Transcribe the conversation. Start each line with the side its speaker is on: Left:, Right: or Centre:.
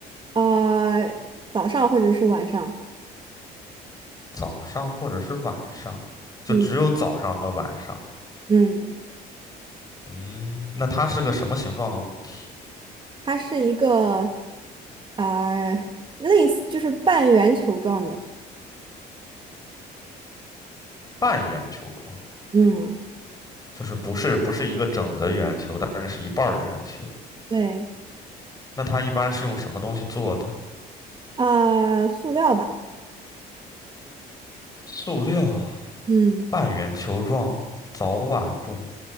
Right: 呃，早上或者是晚上。
Left: 早上或者是晚上？就只有早上和晚上。
Right: 嗯嗯，
Left: 嗯，那它是个什么形状的物体？
Right: 它是一个，呃，类似就是半圆球状的。
Left: 半圆球状的，
Right: 嗯，
Left: 就是不是不是一个整的圆球，但是是一半儿的圆球。
Right: 对，
Left: 那它一般是用什么东西做的？
Right: 啊、塑料吧。
Left: 塑料、
Right: 嗯
Left: 半圆球状，早晚用。